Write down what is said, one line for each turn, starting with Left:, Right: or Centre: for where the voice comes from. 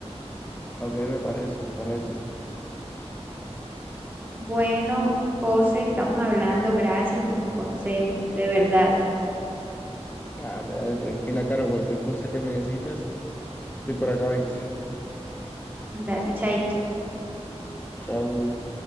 Left: ok, me parece, me parece.
Right: Bueno, José, estamos hablando. Gracias por tus consejos, de verdad.
Left: Dale, dale, tranquila, Caro, cualquier cosa que necesites, estoy por acá, ¿viste?
Right: Dale, chaito.
Left: Chau.